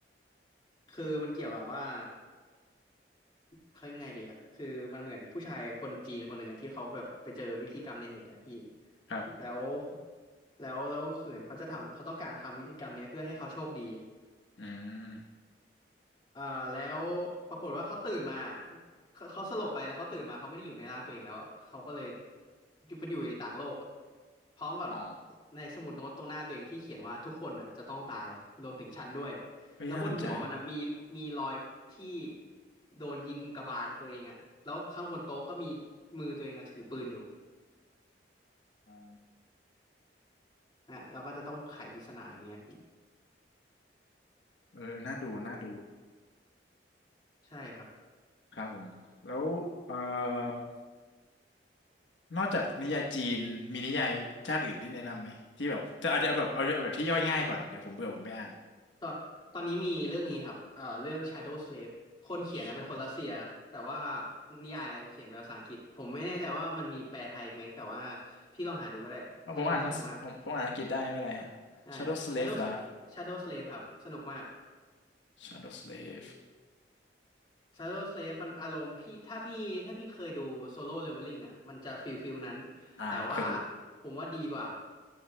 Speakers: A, on the left; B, on the left.
A: คือมันเกี่ยวกับว่า เขายังไงดีอะคือมันเหมือนผู้ชายคนจีนคนหนึ่งอะที่เขาแบบไปเจอวิธีกรรมในเน็ตอะพี่
B: ครับ
A: แล้วแล้วแล้วคือเหมือนเขาจะทำเขาต้องการทำวิธีกรรมเนี้ยเพื่อให้เขาโชคดี
B: อืม
A: เอ่อแล้วปรากฏว่าเขาตื่นมาเขาเขาสลบไปแล้วเขาตื่นมาเขาไม่ได้อยู่ในร่างตัวเองแล้วเขาก็เลยอยู่เป็นอยู่ในต่างโลกอะพร้อมกับ
B: อ๋อ
A: ในสมุดโน้ตตรงหน้าตัวเองที่เขียนว่าทุกคนน่ะจะต้องตายรวมถึงฉันด้วย
B: เฮ้ยน่าสนใจ
A: แล้วบนหัวมันอ่ะมีมีรอยที่โดนยิงกระบาลตัวเองอ่ะแล้วข้างบนโต๊ะก็มีมือตัวเองอะถือปืนอยู่
B: อ๋อ
A: นะเราก็จะต้องไขปริศนาอย่างเงี้ยพี่
B: เออน่าดูน่าดู
A: ใช่ครับ
B: ครับผมแล้วเอ่อ นอกจากนิยายจีนมีนิยายชาติอื่นที่แนะนำไหมที่แบบจะเอาเอาแบบเอาเอาแบบที่ย่อยง่ายก่อนเดี๋ยวผมเบื่อผมไม่อ่าน
A: ตอนตอนนี้มีเรื่องนี้ครับเอ่อเรื่อง Shadow Slave คนเขียนนะเป็นคนรัสเซียแต่ว่า
B: Shadows
A: นิยายเขียนเป็นภาษาอังกฤษผมไม่แน่ใจว่ามันมีแปลไทยไหมแต่ว่าพี่ลองหาดูก็ได้เรื่องนี้สนุกมาก
B: เพราะผมอ่านทั้งผมผมอ่านอังกฤษได้ไม่เป็นไรฮะ
A: อ่า
B: Shadow Slave
A: Shadow
B: ละ
A: Shadow Slave ครับสนุกมาก
B: Shadow Slave
A: Shadow Slave มันอารมณ์พี่ถ้าพี่ถ้าพี่เคยดู Solo Leveling อ่ะมันจะฟิลฟิลนั้น
B: อ่าเคยดู
A: แต่ว่าผมว่าดีกว่า